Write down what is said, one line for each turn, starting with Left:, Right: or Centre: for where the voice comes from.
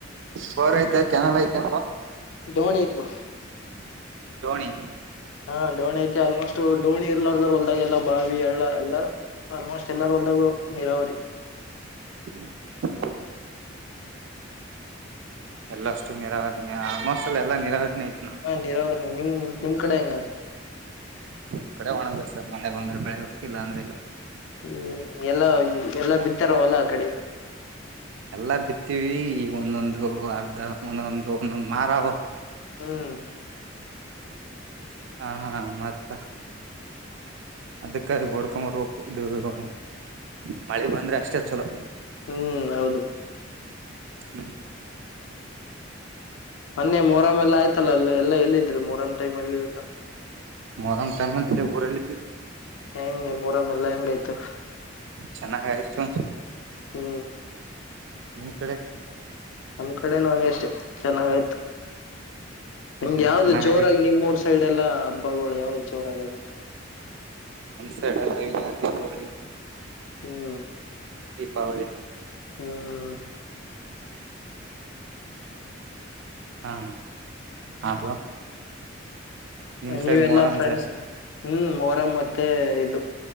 Right: ಬೋರ್ ಐತೆ ಕೆನಲ್ ಐತೆ.
Left: ದೋಣಿ ಐತ್ವ
Right: ಧೋಣಿ
Left: ಹಾ ಡೋಣಿ ಐತೆ ಆಲ್ಮೋಸ್ಟ್ ಡೋಣಿ ಇರ್ಲಾರದರ ಹೊಲ್ದಾಗ ಎಲ್ಲ ಬಾವಿ ಹಳ್ಳ ಎಲ್ಲಾ ಆಲ್ಮೋಸ್ಟ್ ಎಲ್ಲರ ಒಲ್ದಾಗೂ ನೀರಾವರಿ
Right: ಹ್ಮ ಹ್ಮ ಎಲ್ಲಷ್ಟು ನೀರಾವರಿನೇ ಆಲ್ಮೋಸ್ಟ್ ಆಲ್ ಎಲ್ಲಾ ನೀರಾವರಿನೇ ಐತಿ.
Left: ಹಾ ನೀರಾವರಿನೇ ನಿಮ್ ನಿಮ್ ಕಡೆ ಹೆಂಗಾನ.
Right: ನಮ್ ಕಡೆ ಒಣಬೇಸಾಯ ಮಳೆ ಬಂದ್ರೆ ಬೆಳಿಬೇಕು ಇಲ್ಲಂದ್ರೆ ಇಲ್ಲ.
Left: ಹ್ಮ್ ಎಲ್ಲಾ ಎಲ್ಲಾ ಬಿತ್ತಾರ ವಲ ಆ ಕಡಿ.
Right: ಎಲ್ಲಾ ಬಿತ್ತವಿ ಈಗ್ ಒಂದೊಂದು ಅರ್ಧ ಒಂದೊಂದು ಒಂದೊಂದು ಮಾರಾ
Left: ಹ್ಮ್
Right: ಹಾ ಹಾ ಮತ್ತ. ಅದಕ್ಕ ಅಲಿಗಿ ಓಡ್ಕೊಂಬರ್ಬೇಕು ಇದು <unintelligible> ಮಳಿ ಬಂದ್ರೆ ಅಷ್ಟೇ ಚಲೋ.
Left: ಹ್ಮ್ ಹೌದು.
Right: ಹ್ಮ್
Left: ಮನ್ನೆ ಮೊಹರಂ ಎಲ್ಲ ಆಯ್ತಲ್ಲ ಅಲ್ಲ ಎಲ್ಲ ಎಲ್ಲಿ ಇದ್ರಿ ಮೊಹರಂ ಟೈಮಲ್ಲಿ ಎಲ್ಲ.
Right: ಮರಂ ಟೈಮಲ್ಲಿ <unintelligible> ಊರಲ್ಲಿ ಇದ್ವಿ.
Left: ಹೆಂಗೆ ಮೂರಮ್ಮ ಎಲ್ಲಾ ಹೆಂಗ ಆಯ್ತು.
Right: ಚೆನ್ನಾಗಾಯ್ತು.
Left: ಹ್ಮ್
Right: ನಿಮ್ ಕಡೆ.
Left: ನಮ್ಮ್ ಕಡೆನು ಹಂಗೆ ಅಷ್ಟೆ ಚೆನ್ನಾಗ ಆಯ್ತು.
Right: ಹ್ಮ್
Left: ನಿಮ್ಗೆ
Right: ಹ್ಮ್
Left: ಯಾವ್ದ
Right: ಚೆನ್ನಾಗಾಗಿ
Left: ಜೋರಾಗಿ ನಿಮ್ ಊರ್ ಸೈಡ್ ಎಲ್ಲಾ ಹಬ್ಬಗಳು ಯಾವ್ದು ಜೋರ ಆಗದು.
Right: ನಮ್ಸೈಡ್ ಎಲ್ಲ ಯುಗಾದೀಪವಳಿ.
Left: ಹ್ಮ್
Right: ದೀಪಾವಳಿ.
Left: ಹ್ಮ್
Right: ಹಾ ಹಾ <unintelligible> ನಿಮ್
Left: ನೀವೆಲ್ಲಾ
Right: ಸೈಡ್ ಮೊಹರಂ
Left: ಫ್ರೆಂಡ್ಸ್.
Right: ಜಾಸ್ತಿ
Left: ಹ್ಮ್ ಮೋರಂ ಮತ್ತೆ ಇದು